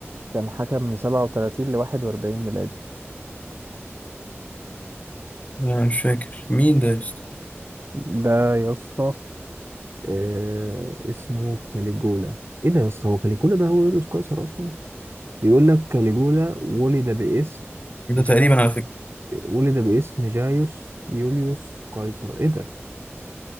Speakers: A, on the right; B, on the left.
A: كان حكم من سبعة وتلاتين لواحد وأربعين ميلادي
B: أنا مش فاكر مين ده يا اسطى؟
A: ده يا اسطى آه، اسمه كاليجولا إيه ده يا اسطى هو كاليجولا ده هو يوليوس قيصر أصلا بيقول لك كاليجولا ولد باسم
B: ده
A: جاي
B: تقريبا على فكرة
A: ولد باسم جايوس يوليوس قيصر ايه ده